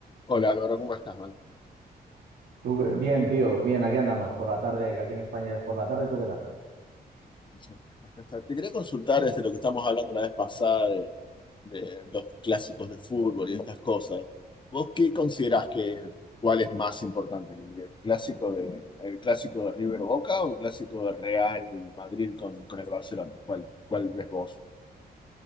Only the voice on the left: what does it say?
Hola Álvaro, ¿cómo estás, man?
Este, Te quería consultar desde lo que estamos hablando la vez pasada de, de los clásicos de fútbol y estas cosas. ¿Vos qué considerás que cuál es más importante, el clásico de el clásico de River Boca o el clásico de Real Madrid con, con el Barcelona? ¿Cuál, cuál ves vos?